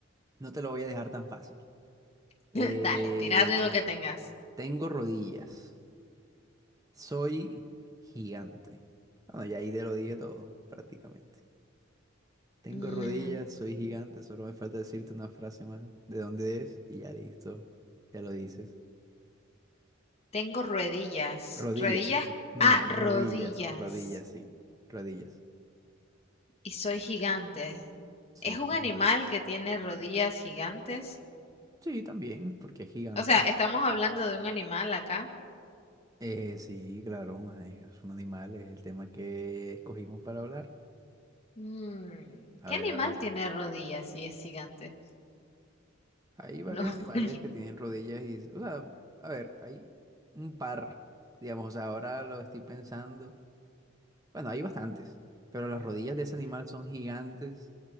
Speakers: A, on the right; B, on the left.
A: no te lo voy a dejar tan fácil.
B: <laughs>
A: Eh,
B: Dale, tiradle lo que tengas.
A: tengo rodillas. Soy gigante. Bueno, ya ahí te lo dije todo, prácticamente. Tengo
B: Mm,
A: rodillas, soy gigante, solo me falta decirte una frase más de dónde es y ya listo, ya lo dices.
B: tengo ruedillas.
A: Rodillas,
B: Ruedillas.
A: ro- no,
B: Ah,
A: no, rodillas,
B: rodillas.
A: rodillas, sí, rodillas.
B: Y soy gigante.
A: Soy
B: ¿Es
A: gigante.
B: un animal que tiene rodillas gigantes?
A: Sí, también, porque es gigante.
B: O sea, ¿estamos hablando de un animal acá?
A: Eh, sí, claro, mae, es un animal, es el tema que escogimos para hablar.
B: Mm,
A: A
B: ¿Qué
A: ver,
B: animal
A: a ver.
B: tiene rodillas y es gigante?
A: Hay varios
B: No,
A: animales
B: <laughs>
A: que tienen rodillas y, o sea, a ver, hay un par, digamos, o sea, ahora lo estoy pensando. Bueno, hay bastantes, pero las rodillas de ese animal son gigantes